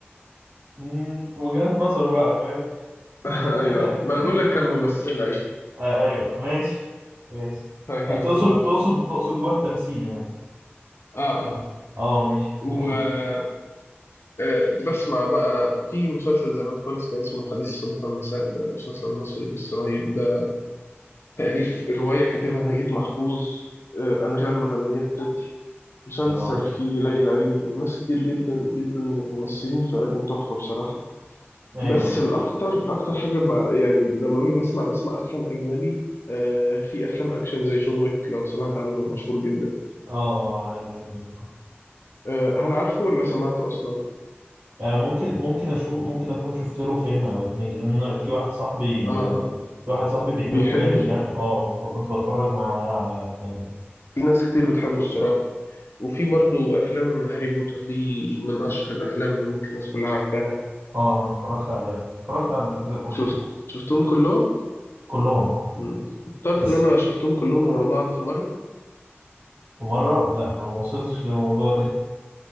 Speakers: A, on the right (about 75°); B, on the left (about 65°).
A: مم، وجهات نظر بقى فاهم <laughs>
B: <laughs> ايوه ما أنا بقول لك كممثلة <laughs>
A: آه ايوه ماشي ماشي
B: طيب
A: آه، تقصد
B: و...
A: تقصد تقصد جوه التمثيل يعني
B: اه
A: اه ماشي مفيش
B: اه
A: مشكلة
B: آه، بسمع بقى في مسلسل زمان خالص كان اسمه حديث الصباح والمساء ده مسلسل مصري بس رهيب ده تأليف رواية كاتبها نجيب محفوظ آه، أنغام مغنية التتر مسلسل
A: اه
B: فيه ليلى علوي وناس كتير جدا جدا من الممثلين فده كان تحفة بصراحة
A: ايوه
B: بس الأكتر أكتر حاجة بقى يعني لما باجي بسمع بسمع أفلام أجنبي آه، في أفلام أكشن زي جون ويك لو سمعت عنه مشهور جدا
A: اه اه عارف جون ويك اه
B: آه، هل عارفه ولا سمعته أصلا؟
A: آه، ممكن ممكن اشوف ممكن اكون شفت له فيلم او اتنين كده لان أنا في واحد صاحبي ب...
B: آه اه
A: ب...
B: آه
A: في واحد صاحبي بيحبه
B: بيحبه؟
A: جامد يعني اه فكنت بتفرج معاه على افلام يعني
B: في ناس كتير بتحبه الصراحة وفي برضو أفلام هاري بوتر دي من أشهر الأفلام اللي ممكن الناس كلها عارفاها
A: اه أنا اتفرجت عليها اتفرجت على الاجزاء كلها
B: شفت شفتهم كلهم؟
A: كلهم اه
B: مم. تعرف
A: بس
B: إن أنا شفتهم كلهم ورا بعض في مرة؟
A: في مره لا ما ما وصلتش للموضوع ده